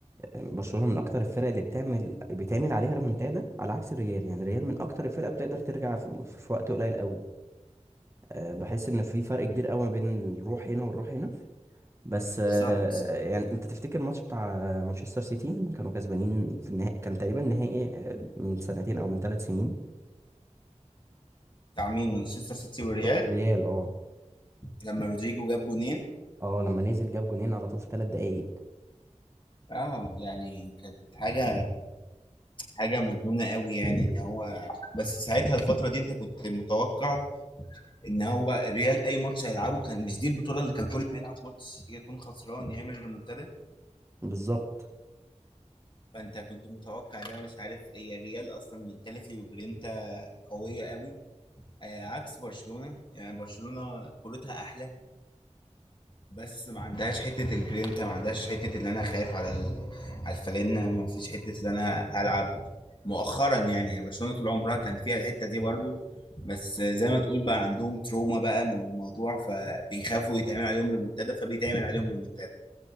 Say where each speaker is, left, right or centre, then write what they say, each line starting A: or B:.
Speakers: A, on the right; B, on the left.
A: برشلونه من اكتر الفرق اللي بتعمل بيتعمل عليها ريمونتادا على عكس الريال يعني الريال من اكتر الفرق بتقدر ترجع في, في وقت قليل قوي أه، بحس ان في فرق كبير قوي ما بين الروح هنا والروح هنا بس
B: بالظبط
A: أه، يعني انت تفتكر الماتش بتاع مانشستر سيتي لما كانوا كسبانين في النهائي كان تقريبا نهائي أه، من سنتين او من ثلاث سنين
B: تعميم مانشستر سيتي والريال
A: والريال اه
B: لما رودريجو جاب جونين
A: اه لما نزل جاب جونين على طول في ثلاث دقايق
B: اه يعني كانت حاجة حاجة مجنونة قوي يعني ان هو بس ساعتها الفترة دي انت كنت متوقع ان هو الريال اي ماتش هيلعبه كان مش دي البطولة اللي كان كل ما يلعب ماتش يكون خسران يعمل ريمونتادا
A: بالظبط
B: فانت كنت متوقع ده مش عارف هي الريال اصلا منتاليتي وجرينتا قوية قوي آه عكس برشلونة يعني برشلونة كورتها احلى بس ما عندهاش حته الجرينتا ما عندهاش حته اللي انا خايف على ال... على الفالنه ما فيش حته اللي انا العب مؤخرا يعني برشلونه طول عمرها كان فيها الحته دي برضو بس زي ما تقول بقى عندهم تروما بقى من الموضوع فبيخافوا يتعمل عليهم ريمونتادا فبيتعمل عليهم ريمونتادا